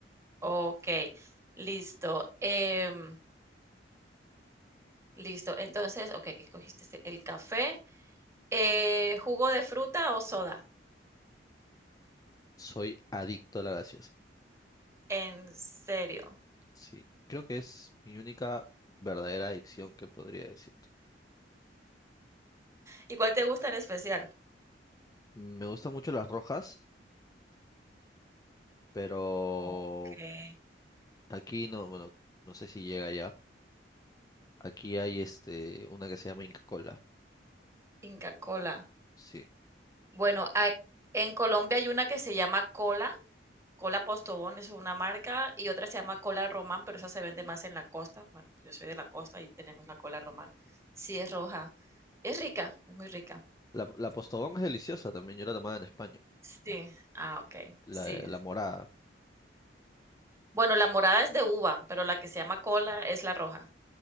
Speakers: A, on the right; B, on the left.
A: Ok, listo. Em, listo. Entonces, ok, ¿qué escogiste? El café. Eh, ¿jugo de fruta o soda?
B: Soy adicto a la gaseosa.
A: En serio.
B: Sí, creo que es mi única verdadera adicción que podría decirte.
A: ¿Y cuál te gusta en especial?
B: Me gustan mucho las rojas, pero
A: Okey.
B: aquí no, bueno, no sé si llega ya. Aquí hay este, una que se llama Inca Kola.
A: Inca Kola.
B: Sí.
A: Bueno, ac en Colombia hay una que se llama Cola, Cola Postobón es una marca, y otra se llama Cola Román, pero esa se vende más en la costa. Bueno, yo soy de la costa y tenemos la Cola Román. Sí, es roja. Es rica, es muy rica.
B: La, la Postobón es deliciosa también, yo la tomaba en España.
A: Sí. Ah, okey.
B: La,
A: Sí.
B: la morada.
A: Bueno, la morada es de uva, pero la que se llama Cola es la roja.